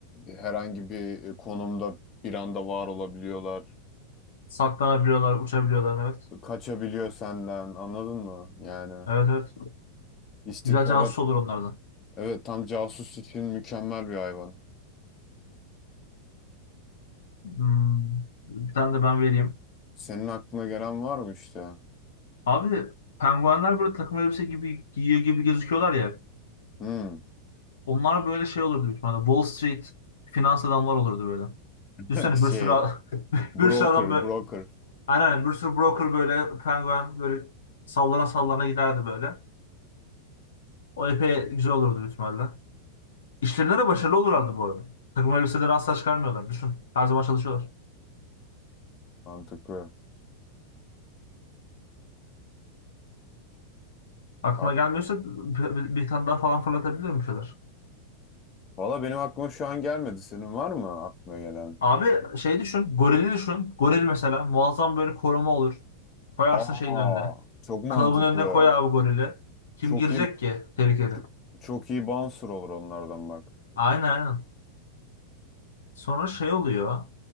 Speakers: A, on the left (about 30°); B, on the left (about 65°).
A: Herhangi bir e, konumda bir anda var olabiliyorlar.
B: Saklanabiliyorlar, uçabiliyorlar. Evet.
A: Kaçabiliyor senden, anladın mı? Yani.
B: Evet evet.
A: İstihbarat
B: Güzel casus olur onlardan.
A: Evet tam casus için mükemmel bir hayvan.
B: Hmm, bir tane de ben vereyim.
A: Senin aklına gelen var mı işte?
B: Abi penguenler böyle takım elbise gibi giyiyor gibi gözüküyorlar ya.
A: Hmm.
B: Onlar böyle şey olurdu büyük ihtimalle. Wall Street finans adamlar olurdu böyle.
A: <laughs>
B: Düşünsene
A: Şey,
B: bir sürü <laughs>
A: broker,
B: bir sürü adam böyle
A: broker.
B: aynen bir sürü broker böyle penguen böyle sallana sallana giderdi böyle. O epey güzel olurdu büyük ihtimalle. İşlerinde de başarılı olurlardı bu arada. Takım elbiseleri asla çıkarmıyorlar. Düşün. Her zaman çalışıyorlar.
A: Mantıklı.
B: Aklına
A: Ak
B: gelmiyorsa bir, bir- bir tane daha falan fırlatabilir bir şeyler?
A: Valla benim aklıma şu an gelmedi. Senin var mı aklına gelen?
B: Abi şey düşün. Gorili düşün. Goril mesela muazzam böyle koruma olur. Koyarsın
A: Aa,
B: şeyin önüne.
A: çok mantıklı.
B: Klabın önüne koy abi gorili. Kim
A: Çok
B: girecek
A: iyi
B: ki tehlikeli?
A: çok, çok iyi bouncer olur onlardan bak.
B: Aynen aynen. Sonra şey oluyor.